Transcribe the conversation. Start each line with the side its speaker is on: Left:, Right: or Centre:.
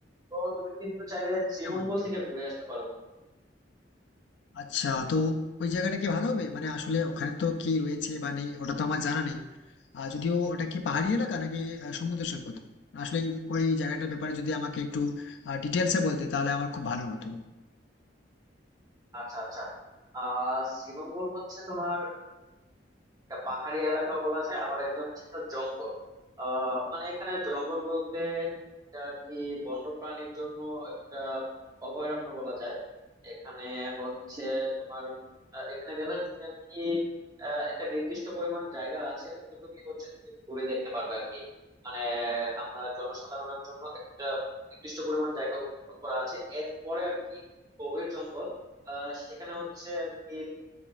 Right: তো তুমি কিন্তু চাইলে শ্রীমঙ্গল
Left: হ্যাঁ বন্ধু।
Right: থেকে ঘুরে আসতে পারো বন্ধু।
Left: আচ্ছা তো ওই জায়গাটা কি ভালো হবে মানে আসলে ওখানে তো কি রয়েছে বা নেই ওটা তো আমার জানা নেই আর যদিও ওটা কি পাহাড়ি এলাকা নাকি আহ, সমুদ্র সৈকত আসলে ওই জায়গাটার ব্যাপারে যদি আমাকে একটু ডিটেলসে বলতে তাহলে আমার খুব ভালো হতো
Right: আচ্ছা আচ্ছা আহ শ্রীমঙ্গল হচ্ছে তোমার একটা পাহাড়ি এলাকাও বলা যায় আবার এটা হচ্ছে একটা জঙ্গল আহ মানে এখানে জঙ্গল বলতে এটা আর কি বন্য প্রাণীর জন্য একটা অভয়ারণ্য বলা যায় এখানে হচ্ছে তোমার আহ, এখানে গেলে তুমি আর কি আহ, একটা নির্দিষ্ট পরিমাণ জায়গা আছে অতটুকুই হচ্ছে তুমি ঘুরে দেখতে পারবে আর কি মানে আমরা জনসাধারণের জন্য একটা নির্দিষ্ট পরিমাণ জায়গা উপভোগ করা আছে এরপরে আর কি গভীর জঙ্গল আহ সেখানে হচ্ছে আর কি